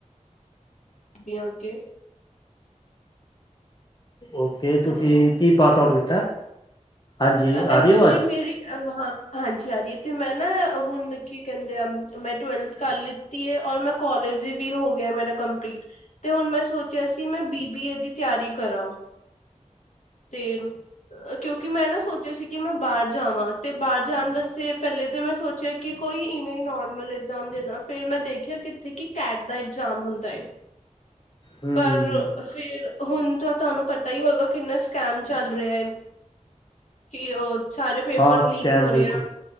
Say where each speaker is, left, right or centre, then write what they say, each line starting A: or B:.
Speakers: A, on the left; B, on the left.
A: ਦੀਆਂ ਕੇ
B: ਓਕੇ ਤੁਸੀ
A: ਹੈਲੋ
B: ਕੀ ਪਾਸ ਆਊਟ ਕੀਤਾ। ਹਾਂਜੀ
A: ਅ‌
B: ਆ
A: ਐਕਚੁਲੀ
B: ਰਹੀ ਆਵਾਜ਼
A: ਮੇਰੀ ਅ‌‌ ਹਾਂ। ਹਾਂਜੀ, ਆਰੀਏ ਤੇ ਮੈਂ ਨਾ ਹੁਨ ਕੀ ਕੈਂਦੇ ਆ ਮੈਂ ਟਵੈਲਥ ਕਾਰ ਲਿੱਤੀ ਏ ਓਰ ਮੈਂ ਕੋਾਲੇਜ ਵੀ ਹੋਗੇਆ ਮੇਰਾ ਕੰਪਲੀਟ ਤੇ ਹੁਨ ਮੈਂ ਸੋਚੇਆ ਸੀ ਮੈਂ ਬੀ ਬੀ ਏ ਦੀ ਤੇਆਰੀ ਕਰਾਂ। ਤੇ ਕਯੋਂਕਿ ਮੈਂ ਨਾ ਸੋਚ ਸੋਚੇਆ ਸੀ ਕਿ ਮੈਂ ਬਾਰ ਜਾਵਾਂ, ਤੇ ਬਾਰ ਜਾਨ ਵਾਸਤੇ ਪੈਲੇ ਤੇ ਮੈਂ ਸੋਚੇਆ ਕਿ ਕੋਈ ਇਵੇਂ ਨੋਰਮਲ ਐਗਜ਼ਾਮ ਦੇਣਾ ਫੇਿਰ ਮੈਂ ਦੇਖਿਆ ਕਿ ਏਥੇ ਕਿ ਕੈਟ ਦਾ ਇਗਜ਼ਾਮ ਹੁੰਦਾ ਏ।
B: ਹਮ
A: ਪਰ, ਫਿਰ ਹੁਣ ਤਾਂ ਤੁਹਾਨੂੰ ਪਤਾ ਹੀ ਹੋਗਾ ਕਿੰਨਾ ਸਕੈਮ ਚੱਲ ਰਿਹਾ ਹੈ? ਕੀ ਉਹ ਸਾਰੇ ਪੇਪਰ
B: ਹਾਂ
A: ਲੀਕ
B: ਸਕੈਮ
A: ਹੋ
B: ਬਿਲਕੁਲ
A: ਰੇ ਹਾ।